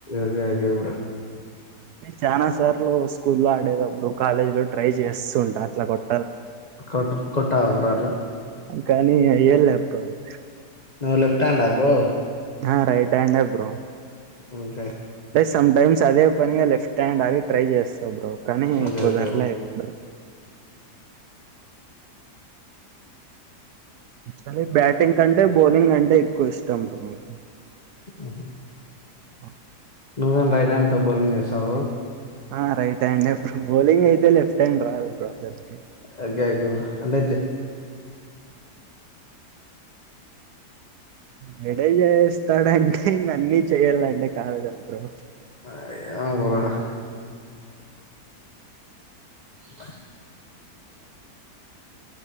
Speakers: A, on the left; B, on the right.
A: ఓకే ఓకే బ్రో
B: నీకు చానాస్ తర్ లో స్కూల్ లో ఆడేటప్పుడు కాలేజీ లో ట్రై చేస్తుంటారు అట్లా కూడా
A: కొట్ కొటావా బ్రో అట్ల
B: కానీ అయ్యాల బ్రో అలా
A: నువ్ లెఫ్ట్ హ్యాండ్ ఆ బ్రో
B: ఆ రైట్ హ్యాండ్ ఏ బ్రో
A: ఇంకె
B: స్ సమ్ టైమ్స్ అదే పనిగా లెఫ్ట్ హ్యాండ్ ఆగి ట్రై చేస్తా బ్రో కానీ
A: ఓకే
B: కుదరలే
A: ఓకే బ్రో
B: ఎప్పుడు చలే బ్యాటింగ్ కంటే బౌలింగ్ కంటే ఎక్కువ ఇష్టం నాకు
A: ఆఓహ
B: ఓ
A: నువ్వం రైట్ హ్యాండ్ తో బాల్లింగ్ చేస్తావు
B: ఆ రైట్ హ్యాండ్ ఆ బ్రో బౌలింగ్ అయితే లఫ్ట్ హ్యాండ్ రాదు బ్రో అసలుకి
A: <unintelligible> అంటే
B: జడై చేస్తాడంటే ఇంక అన్ని చేయాలంటే కాదు కలు బ్రో
A: అ అరా బ